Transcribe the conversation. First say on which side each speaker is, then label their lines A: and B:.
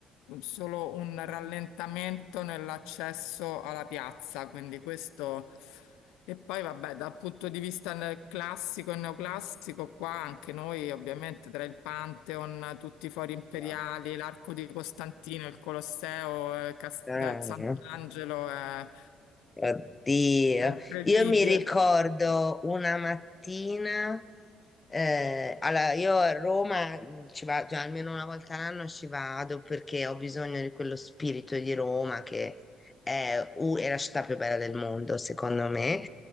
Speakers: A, on the left; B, on the left.
A: solo un rallentamento nell'accesso alla piazza, quindi questo... E poi vabbè, dal punto di vista ne- classico e neoclassico, qua anche noi ovviamente tra il Pantheon, tutti i fori imperiali,
B: no.
A: l'Arco di Costantino, il Colosseo, eh, Cas-
B: Eh, eh,
A: del Sant'Angelo,
B: no.
A: eh,
B: Oddio,
A: è incredibile,
B: io mi ricordo una mattina, eh, allora io a Roma mh, ci vado, cioè, almeno una volta all'anno ci vado perché ho bisogno di quello spirito di Roma che è, u- è la città più bella del mondo, secondo me.